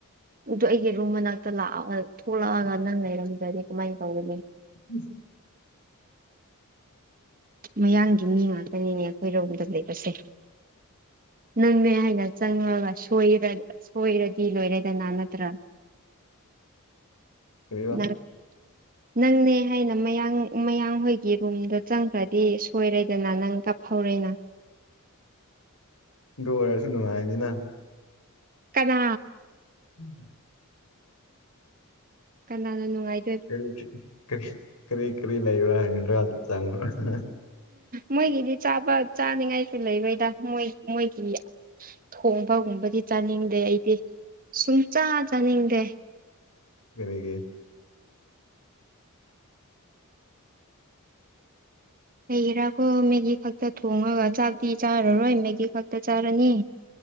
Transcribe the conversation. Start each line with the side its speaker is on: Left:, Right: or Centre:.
Right: ꯑꯗꯣ ꯑꯩꯒꯤ ꯔꯨꯝ ꯃꯅꯥꯛꯇ ꯂꯥꯛꯑꯣ ꯍꯥꯏꯔ ꯊꯣꯛꯂꯛꯑꯒ ꯅꯪ ꯂꯩꯔꯝꯗ꯭ꯔꯗꯤ ꯀꯃꯥꯏꯟ ꯇꯧꯒꯅꯤ
Left: <inaudible>
Right: ꯃꯌꯥꯡꯒꯤ ꯃꯤ ꯉꯥꯛꯇꯅꯤꯅꯦ ꯑꯩꯈꯣꯏꯔꯣꯝꯗ ꯂꯩꯕꯁꯦ ꯅꯪꯅꯦ ꯍꯥꯏꯅ ꯆꯪꯉꯒ ꯁꯣꯏꯔ ꯁꯣꯏꯔꯗꯤ ꯂꯣꯏꯔꯦꯗꯅ ꯅꯠꯇ꯭ꯔꯥ
Left: ꯀꯔꯤꯕ
Right: ꯅꯪ ꯅꯪꯅꯦ ꯍꯥꯏꯅ ꯃꯌꯥꯡ ꯃꯌꯥꯡ ꯍꯣꯏꯒꯤ ꯔꯨꯝꯗ ꯆꯪꯈ꯭ꯔꯗꯤ ꯁꯣꯏꯔꯦꯗꯅ ꯅꯪ ꯀꯞꯍꯧꯔꯦꯅ
Left: ꯗꯨ ꯑꯣꯏꯔꯁꯨ ꯅꯨꯡꯉꯥꯏꯅꯤꯅ
Right: ꯀꯅꯥ
Left: <unintelligible>
Right: ꯀꯅꯥꯅ ꯅꯨꯡꯉꯥꯏ
Left: ꯀꯔꯤ ꯀꯔꯤ ꯀꯔꯤ ꯀꯔꯤ ꯂꯩꯔꯦ <unintelligible>
Right: ꯃꯣꯏꯒꯤꯗꯤ ꯆꯥꯕ ꯆꯥꯅꯤꯡꯉꯥꯏꯁꯨ ꯂꯩꯔꯣꯏꯗ ꯃꯣꯏ ꯃꯣꯏꯒꯤ ꯊꯣꯡꯕꯒꯨꯝꯕꯗꯤ ꯆꯥꯅꯤꯡꯗꯦ ꯑꯩꯗꯤ ꯁꯨꯡꯆꯥꯥ ꯆꯥꯅꯤꯡꯗꯦ
Left: ꯀꯔꯤꯒꯤ
Right: ꯀꯩꯒꯤꯔꯥꯀꯣ ꯃꯦꯒꯤ ꯈꯛꯇ ꯊꯣꯡꯔꯒ ꯆꯥꯛꯇꯤ ꯆꯥꯔꯔꯣꯏ ꯃꯦꯒꯤ ꯈꯛꯇ ꯆꯥꯔꯅꯤ